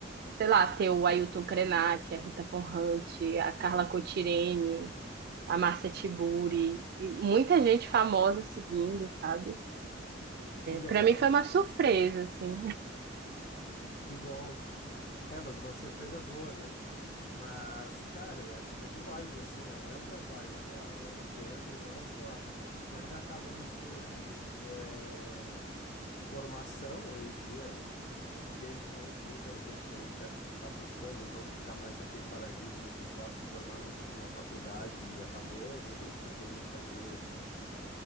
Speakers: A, on the right (about 55°); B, on the left (about 45°).
A: sei lá, ter o Ailton Krenak, a Rita Von Hunt, a Carla Cotirene, a Márcia Tiburi, e muita gente famosa seguindo, sabe?
B: que legal,
A: Para mim foi uma
B: nossa,
A: surpresa, assim.
B: que bom. É, mas uma surpresa boa, né? Mas, cara, eu acho muito válido, assim, é é um trabalho, na real. É, querendo ou não, tu, a- tu ainda acaba misturando é, formação hoje em dia. Felizmente, muita gente aí tá, tá buscando não ficar mais naquele paradigma de só se formar num- numa faculdade e acabou. Muita gente tá querendo fazer